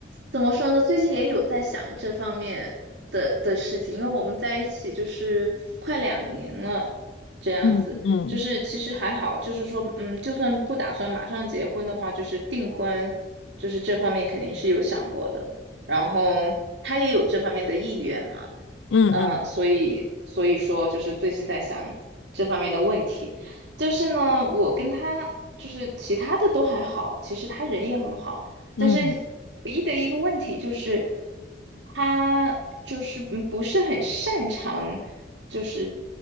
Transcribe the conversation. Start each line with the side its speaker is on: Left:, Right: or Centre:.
Right: 怎么说呢？最近也有在想这方面的的事情，因为我们在一起就是快两年了，这样子，
Left: 嗯嗯
Right: 就是其实还好，就是说，嗯，就算不打算马上结婚的话，就是订婚，就是这方面肯定是有想过的。然后他也有这方面的意愿嘛，
Left: 嗯嗯
Right: 嗯，所以所以说就是最近在想这方面的问题，就是呢，我跟他就是其他的都还好，其实他人也很好，
Left: 嗯，
Right: 但是唯一的一个问题就是他就是嗯不不是很擅长就是